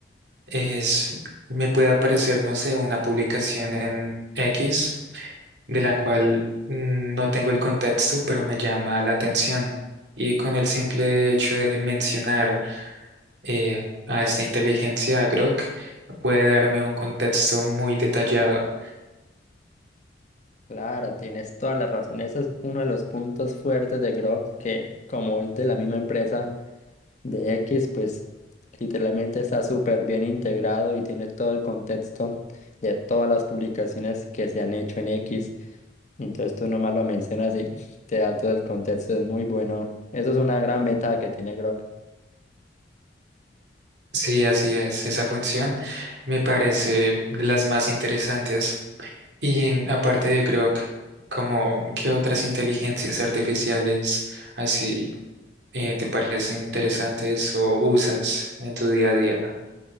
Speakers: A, on the right; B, on the left.
A: es, me puede aparecer, no sé, una publicación en X de la cual mm, no tengo el contexto, pero me llama la atención. Y con el simple hecho de mencionar eh, a esta inteligencia, a Grok, puede darme un contexto muy detallado.
B: Claro, tienes toda la razón. Ese es uno de los puntos fuertes de Grok, que como es de la misma empresa, de X, pues literalmente está súper bien integrado y tiene todo el contexto de todas las publicaciones que se han hecho en X. Entonces tú nomás lo mencionas y te da todo el contexto, es muy bueno. Eso es una gran ventaja que tiene Grok.
A: Sí, así es. Esa función me parece de las más interesantes. Y mm, aparte de Grok, como qué otras inteligencias artificiales así eh, te parecen interesantes o usas en tu día a día.